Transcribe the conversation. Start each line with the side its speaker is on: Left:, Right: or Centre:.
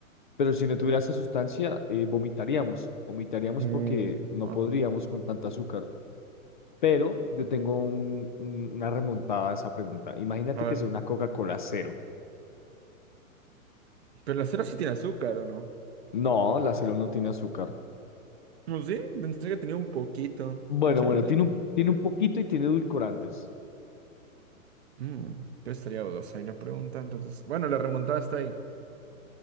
Left: Pero si no tuviera esa sustancia, eh, vomitaríamos, vomitaríamos
Right: Uh,
Left: porque no
Right: wow.
Left: podríamos con tanto azúcar. Pero yo tengo un- un- una remontada a esa pregunta. Imagínate
Right: A ver,
Left: que sea una Coca-Cola cero.
Right: pero la cera sí tiene azúcar, ¿o no?
Left: No, la cero no tiene azúcar.
Right: No sí, pensé que tenía un poquito.
Left: Bueno,
Right: Qué chévere.
Left: bueno, tiene un, tiene un poquito y tiene edulcorantes.
Right: Mm, yo estaría dudosa ahí la pregunta, entonces. Bueno, la remontada está ahí.